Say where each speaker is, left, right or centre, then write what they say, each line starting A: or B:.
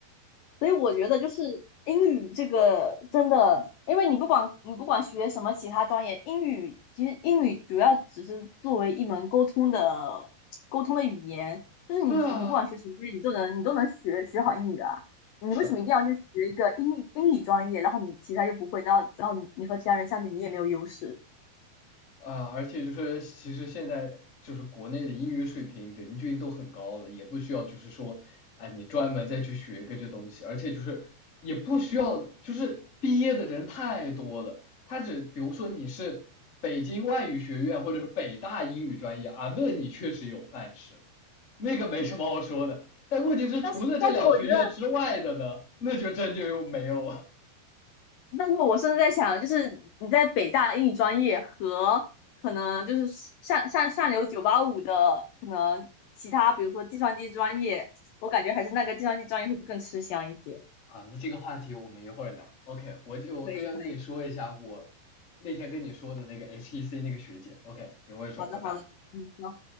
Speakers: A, on the left (about 80°); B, on the left (about 45°).
A: 所以我觉得就是英语这个真的，因为你不管你不管学什么其他专业，英语其实英语主要只是作为一门沟通的沟通的语言，就是你你不管学什么专业，
B: 对啊，
A: 你都能你都能学学好英语啊。你为什么一定要去学一个英语英语专业，
B: 是啊。
A: 然后你其他又不会，然后然后你你和其他人相比，你也没有优势。
B: 啊，而且就是其实现在就是国内的英语水平人均都很高了，也不需要就是说，哎，你专门再去学个这东西，而且就是也不需要，就是毕业的人太多了，他只比如说你是北京外语学院或者是北大英语专业啊，那你确实有饭吃，那个没什么好说的，但问题是除了这两学校之外的呢，
A: 但是但是我觉得
B: 那就真就又没有了。
A: 但是我甚至在想，就是你在北大英语专业和可能就是上上上流九八五的可能其他，比如说计算机专业，我感觉还是那个计算机专业会更吃香一些。
B: 啊，那这个话题我们一会儿聊。OK，我就跟你说一下我那天跟你说的那个
A: 可以，可以，
B: HEC 那个学姐。OK，一会儿说，
A: 好的，
B: 拜拜。
A: 好的，嗯，好。